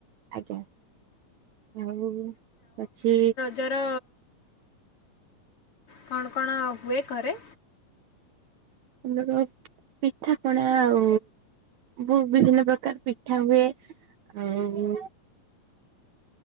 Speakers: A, on the right; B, on the left.
A: ଆଜ୍ଞା। ଆଉ ଅଛି।
B: ଜର କଣ କଣ ହୁଏ ଘରେ?
A: ଆମ ରସ୍ ପିଠା ପଣା ଆଉ ଭ ବିଭିନ୍ନ ପ୍ରକାର ପିଠା ହୁଏ। ଆଉ